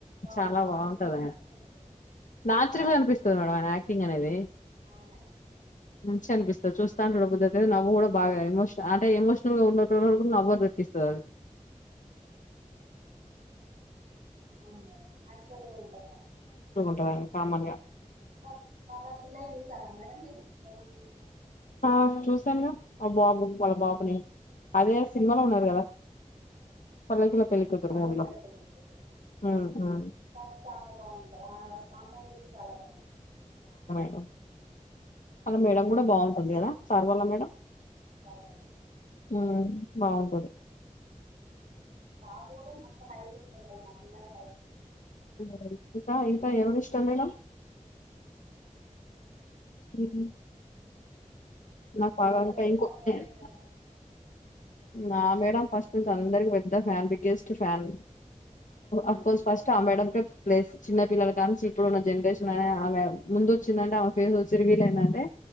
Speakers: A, on the right (about 85°); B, on the left (about 70°).
A: ఒక
B: చాలా
A: ఫార్టీ
B: బాగుంటది
A: మినిట్స్
B: ఆయన
A: దాకా ఉంటది
B: న్యాచురల్ గా అనిపిస్ తది మేడం ఆయన యాక్టింగ్ అనేది
A: అవును న్యాచురల్ గా
B: మంచి అనిపిస్తది చూస్తాంటే చూడ బుద్ధి అయితది నవ్వు కూడా బాగా ఎమోషన అంట ఎమోషనల్ గా ఉన్నో లకు కూడ నవ్వ తెప్పిస్తది అది
A: అవును అవును మేడమ్ న్యాచురల్గా ఉంటది తన
B: టది ఆయనది కామన్గా
A: <inaudible> వాళ్ళ పిల్లలు చూసారా మేడం మీరు బ్రహ్మానందం గా
B: ఆ చూసాను గా ఆ బాబు వాళ్ళ బాబుని అదే సినిమాలో ఉన్నారు కదా
A: అవును
B: పల్లకిలో
A: ఉమ్
B: పెళ్లికూతురు
A: పల్లకిలో
B: మూవీలో
A: పెళ్లికూతురు అవును
B: ఉమ్ ఉమ్
A: తను చాలా బాగుంటది ఆ మూవీలో చాలా బాగుం
B: అ వాళ్ల మేడం కూడా బాగుంటుంది కదా సార్వాల మేడం
A: ఆ చాలా బాగుంది మేడం
B: ఉమ్ బాగుంటది
A: ఆ బాబు కూడా మస్త్ హైట్ ఉంటడు వాళ్ల మమ్మీలాగా హైట్ అనమాట.
B: <unintelligible> ఇంకా ఎవరి ఇష్టం మేడం
A: <inaudible>
B: ఉం నా పగా
A: ఓల్డ్ అయితే సౌందర్య
B: <unintelligible>
A: మేడం అయితే బాగుంటది హీరోయిన్
B: నా మేడం ఫస్ట్ అందరికి పెద్ద ఫ్యామిలీ స్ట్ ఫ్యామిలీ ఆఫ్కోస్ ఫస్ట్ ఆ మేడం కే ప్లేస్ చిన్న పిల్లలు కాంనీంచి ఇప్పుడున్న జనరేషన్ ఆమె ముందు వచ్చిందంటే ఆమె ఫేస్ ఒకసారి రివీల్ అయిందంటే